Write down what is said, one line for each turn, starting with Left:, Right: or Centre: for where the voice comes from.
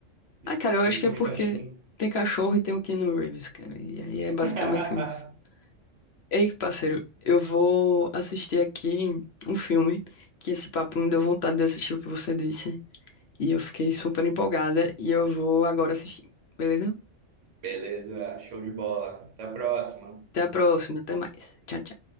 Right: Ele
Left: ah, cara, eu acho
Right: Fez
Left: que
Right: Constantine.
Left: é porque tem cachorro e tem o Keanu Reeves, cara. E aí é
Right: <laughs>
Left: basicamente isso. Ei, parceiro, eu vou assistir aqui um filme que esse papo me deu vontade de assistir o que você disse. E eu fiquei super empolgada e eu vou agora assistir, beleza?
Right: Beleza, show de bola. Até a próxima.
Left: Até a próxima, até mais. Tchau, tchau.